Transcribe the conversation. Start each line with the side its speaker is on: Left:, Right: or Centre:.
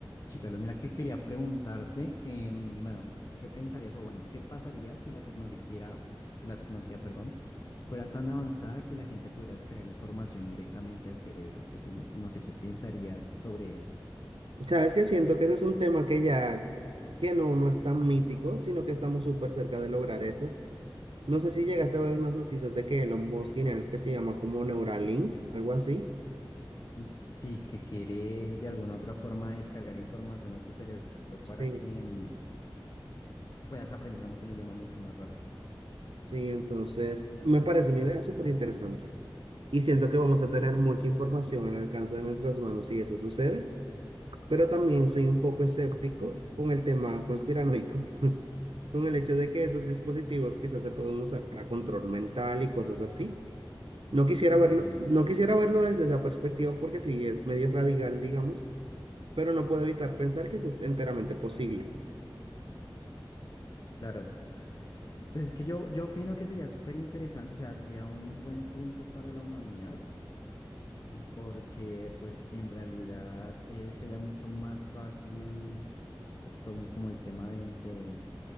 Left: Sí, Carlos, mira que quería preguntarte, em, bueno, ¿qué pensarías o bueno, qué pasaría si la tecnología, era- si la tecnología, perdón, fuera tan avanzada que la gente pudiera descargar información directamente al cerebro? ¿Qué pien- no sé, ¿qué pensarías sobre esto?
Right: Sabes que siento que ese es un tema que ya, que no, no es tan mítico, sino que estamos súper cerca de lograr eso. No sé si llegaste a ver unas noticias de que Elon Musk tiene algo que se llama como Neuralink, algo así.
Left: Sí, que quiere de alguna otra forma descargar información a tu cerebro para
Right: Sí,
Left: que em, puedas aprender, digamos, un idioma mucho más rápido.
Right: sí, entonces me parece una idea súper interesante. Y siento que vamos a tener mucha información al alcance de nuestras manos si eso sucede, pero también soy un poco escéptico con el tema conspiranoico, <laughs> con el hecho de que esos dispositivos quizás se pueden usar para control mental y cosas así. No
Left: Sí,
Right: quisiera verlo, no quisiera verlo desde esa perspectiva porque sí es medio radical, digamos, pero no puedo evitar pensar que eso es enteramente posible.
Left: claro. Pues es que yo, yo opino que sería súper interesante, o sea, sería un buen punto para la humanidad, porque pues en realidad eh, sería mucho más fácil pues tomo como el tema de, de,